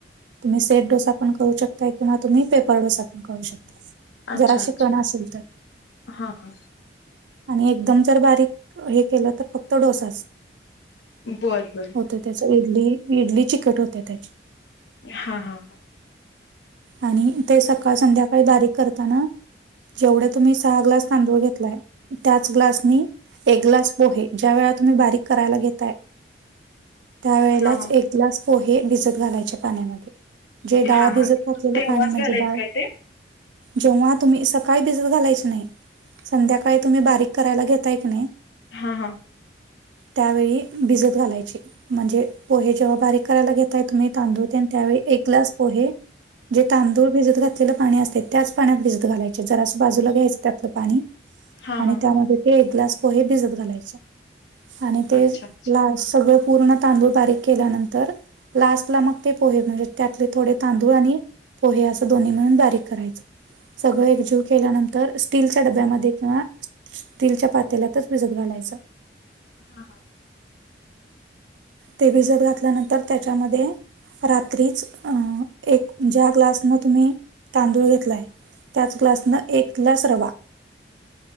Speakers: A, on the right; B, on the left.
A: तुम्ही सेट डोसा पण करू शकताय किंवा तुम्ही पेपर डोसा पण करू शकताय.
B: अच्छा
A: जर अशी
B: अच्छा
A: कण असेल तर
B: हां हां!
A: आणि एकदम जर बारीक हे केलं तर फक्त डोसाच
B: बरं बरं!
A: होतो त्याच इडली इडली चिकट होते त्याची.
B: हा हा!
A: आणि ते सकाळ संध्याकाळी बारीक करताना. जेवढ्या तुम्ही सहा ग्लास तांदूळ घेतलाय त्याच ग्लासनी एक ग्लास पोहे ज्या वेळा तुम्ही बारीक करायला घेताय. त्यावेळेलाच
B: हा हा
A: एक ग्लास पोहे भिजत घालायचे पाण्यामध्ये. जे डाळ
B: हा
A: भिजत
B: हा
A: घातलेलं
B: तेव्हाच
A: पाणी म्हणजे
B: घालायचं
A: डाळ
B: काय ते
A: जेव्हा तुम्ही सकाळी भिजत घालायच नाही संध्याकाळी तुम्ही बारीक करायला घेताय का नाही.
B: हा हा!
A: त्यावेळी भिजत घालायचे. म्हणजे पोहे जेव्हा बारीक करायला घेतताय तुम्ही तांदूळते आणि त्यावेळी एक ग्लास पोहे जे तांदूळ भिजत घातलेलं पाणी असते त्याच पाण्यात भिजत घालायचे जरा असं बाजूला घ्यायचं त्यातलं पाणी.
B: हां,
A: आणि
B: हां.
A: त्यामध्ये ते एक ग्लास पोहे भिजत घालायचे आणि ते
B: अच्छा, अच्छा.
A: लास सगळं पूर्ण तांदूळ बारीक केल्यानंतर लास्ट ला मग ते पोहे म्हणजे त्यातले थोडे तांदूळ आणि पोहे असं दोन्ही मिळून बारीक करायचं सगळं एकजीव केल्यानंतर स्टीलच्या डब्यामध्ये किंवा स्टीलच्या पात्यालातच भिजत घालायचं.
B: हा हा!
A: ते भिजत घातल्यानंतर त्याच्यामध्ये रात्रीच अ एक ज्या ग्लासन तुम्ही तांदूळ घेतलाय. त्याच ग्लासनं एक ग्लास रवा.